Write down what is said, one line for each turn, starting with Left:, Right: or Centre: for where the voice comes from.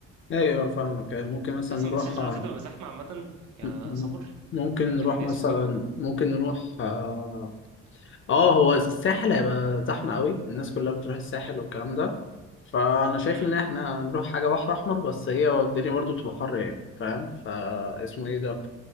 Left: ايوه فاهمك أيوه، ممكن مثلا
Right: أصلا
Left: نروح
Right: بالذات شهر
Left: م-
Right: ستة بيبقى زحمة عامة كسفر
Left: م- ممكن نروح
Right: كالناس
Left: مثلا
Right: وكده
Left: ممكن نروح اه آه، هو الساحل هيبقى زحمة قوي الناس كلها بتروح الساحل والكلام ده فانا شايف
Right: مم.
Left: ان احنا نروح حاجة بحر احمر بس هي الدنيا برضو تبقى حر يعني فاهم فا اسمه ايه ده